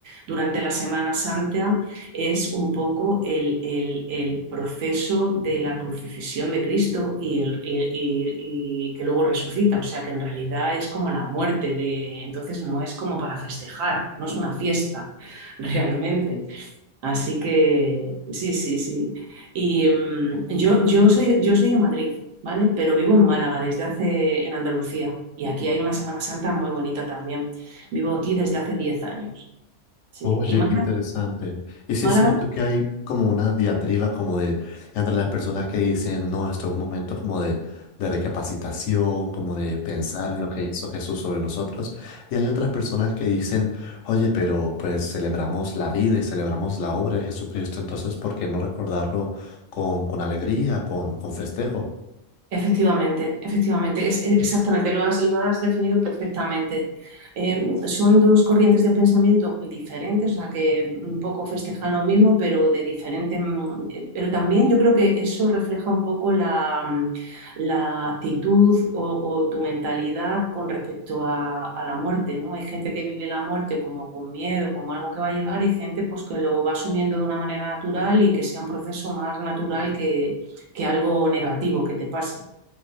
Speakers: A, on the right; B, on the left.
A: durante la Semana Santa es un poco el, el- el proceso de la crucifixión de Cristo y, el- y- y- y que luego resucita. O sea que en realidad es como la muerte de... Entonces no es como para festejar, no es una fiesta <laughs> realmente. Así que sí, sí, sí. Y mm, yo, yo soy, yo soy de Madrid, ¿vale? Pero vivo en Málaga desde hace, en Andalucía. Y aquí hay una Semana Santa muy bonita también. Vivo aquí desde hace 10 años. Sí.
B: Oye,
A: Y Málaga,
B: qué interesante. Y sí
A: Málaga
B: es cierto que hay como una diatriba como de entre las personas que dicen, no, esto es un momento como de, de recapacitación, como de pensar en lo que hizo Jesús sobre nosotros. Y hay otras personas que dicen, oye, pero pues celebramos la vida y celebramos la obra de Jesucristo, entonces ¿por qué no recordarlo con, con alegría, con, con festejo?
A: Efectivamente, efectivamente, es, es- exactamente, lo has, lo has definido perfectamente. Eh, son dos corrientes de pensamiento diferentes, o sea, que un poco festejan lo mismo, pero de diferente. mm, eh, Pero también yo creo que eso refleja un poco la, mm, la actitud o, o tu mentalidad con respecto a, a la muerte, ¿no? Hay gente que vive la muerte como con miedo, como algo que va a llegar, y gente pues que lo va asumiendo de una manera natural y que sea un proceso más natural que que algo negativo que te pase.